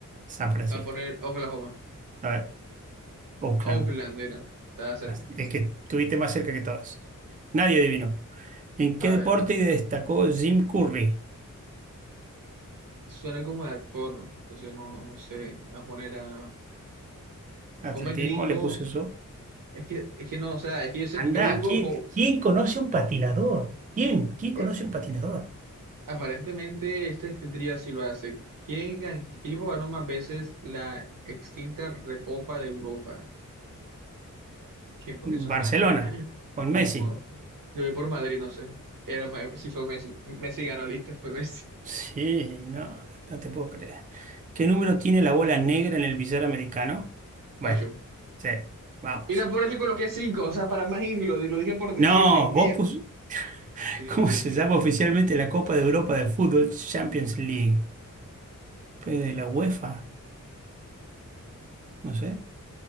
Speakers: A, on the right; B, on the right.
A: San Francisco.
B: a poner Oklahoma.
A: A ver, Oakland,
B: Oakland era. Estaba cerca.
A: el que estuviste más cerca que todos. Nadie adivinó. ¿En qué
B: A
A: deporte
B: ver,
A: destacó Jim Curry?
B: suena como de actor, entonces no, no sé, voy a poner a...
A: Atletismo,
B: Como es gringo,
A: le puse eso.
B: es que, es que no, o sea, es que yo sé
A: Andá,
B: que gringo,
A: ¿quién,
B: co-
A: quién conoce un patinador? ¿Quién? ¿Quién conoce
B: eh,
A: un patinador?
B: aparentemente esta escritura sí lo hace. ¿Quién gan- qué equipo ganó más veces la extinta Recopa de Europa? ¿Quién pone
A: Barcelona,
B: esos nombres? <laughs>
A: con Messi.
B: O- Yo voy por Madrid, no sé. Era, Me- sí fue Messi. Messi ganó, listo, fue Messi.
A: Sí, no, no te puedo creer. ¿Qué número tiene la bola negra en el billar americano? Bueno,
B: Ocho.
A: sí, vamos.
B: Y lo peor es que coloqué cinco, o sea, para más irlo, lo dije por decir,
A: No,
B: Dios mío.
A: vos pus... <laughs>
B: Sí,
A: ¿Cómo
B: sí,
A: se
B: sí.
A: llama oficialmente la Copa de Europa de Fútbol Champions League? Pues de la UEFA, no sé.